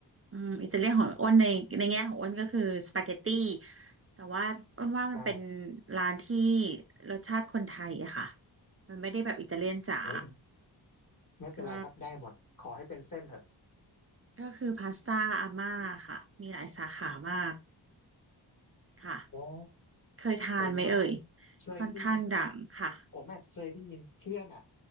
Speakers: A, on the right; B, on the left.
A: อืมอิตาเลียนของอ้นในในแง่ของอ้นก็คือสปาเกตตี้แต่ว่าอ้นว่ามันเป็น
B: ได้
A: ร้านที่รสชาติคนไทยอะค่ะมันไม่ได้แบบอิตาเลียนจ๋า
B: โอ้ยไม่เป็นไรครับได้หมดขอให้เป็นเส้นเถอะ
A: ก็ก็คือพาสต้าอาม่าค่ะมีหลายสาขามาก ค่ะ
B: อ๋อ
A: เคยทานไหมเอ่ย
B: ผมอ่ะเคยได้ยิน
A: ค่อนข้างดังค่ะ
B: ผมอ่ะเคยได้ยินเพื่อนอ่ะ